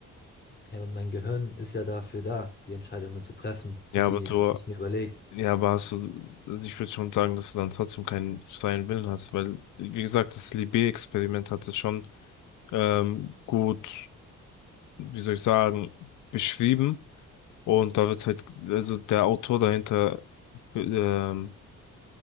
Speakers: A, on the left; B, on the left.
A: ja, aber mein Gehirn ist ja dafür da, die Entscheidungen zu treffen,
B: Ja,
A: die
B: aber du,
A: ich mir überlege.
B: ja, aber hast du, also ich würde schon sagen, dass du dann trotzdem keinen freien Willen hast, weil, wie gesagt, das Libé-Experiment hat es schon ähm, gut, wie soll ich sagen, beschrieben Und da wird halt, also der Autor dahinter, ähm,